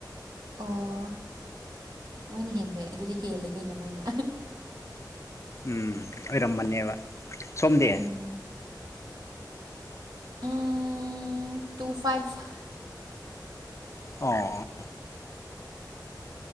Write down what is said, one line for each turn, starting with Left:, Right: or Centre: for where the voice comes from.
Right: ꯑꯣ ꯃꯣꯏꯅ ꯍꯦꯟꯕꯩ ꯑꯗꯨꯗꯤ ꯍꯦꯜꯂꯦ ꯀꯩꯅꯣ ꯃꯣꯏꯅ
Left: ꯎꯝ ꯑꯣꯏꯔꯝꯕꯅꯦꯕ ꯁꯣꯝꯗꯤ
Right: ꯎꯝ ꯎꯝ ꯇꯨ ꯐꯥꯏꯚ
Left: ꯑꯣ